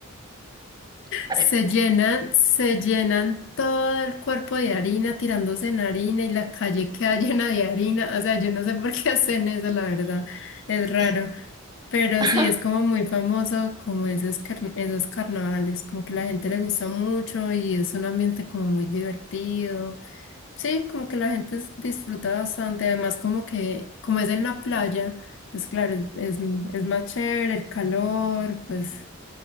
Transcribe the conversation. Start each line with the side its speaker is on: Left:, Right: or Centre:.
Right: Parejo.
Left: se llenan, se llenan todo el cuerpo de harina, tirándose en harina y la calle queda <laughs> llena de harina. O sea, yo no sé por qué hacen eso, la verdad, es raro.
Right: Eh,
Left: Pero
Right: <laughs>
Left: sí, es como muy famoso como esos, car- esos carnavales, como que la gente le gusta mucho y es un ambiente como muy divertido. Sí, como que la gente s- disfruta bastante, además como que, como es en la playa, pues claro, es, es, es más chévere el calor, pues
Right: ujú.